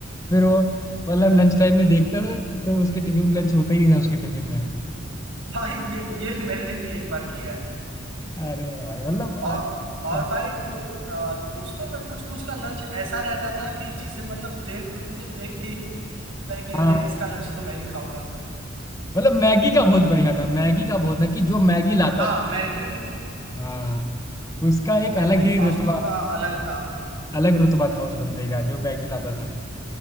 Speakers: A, on the left; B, on the right.
A: फिर वो मतलब लंच टाइम में देखता था तो तो उसके टिफिन लंच होता ही नहीं था उसके टिफिन में
B: भाई ये ये <laughs> मैंने भी एक बार किया है
A: अरे भाई मतलब अ-
B: और और
A: अ-
B: भाई कुछ अ, दोस्तों में कुछ कुछ का लंच ऐसा रहता था कि जिसे मतलब देख लो तो देख के ही होता है कि अरे
A: हाँ
B: इसका लंच तो मैं ही खाऊंगा
A: मतलब मैगी का बहुत बढ़िया था मैगी का बहुत था कि जो मैगी लाता
B: हाँ
A: था
B: मैगी
A: हाँ उसका एक
B: मैगी
A: अलग ही
B: फास्ट
A: रुतबा
B: फूड का अलग था
A: अलग रुतबा था उस बंदे का जो मैगी लाता था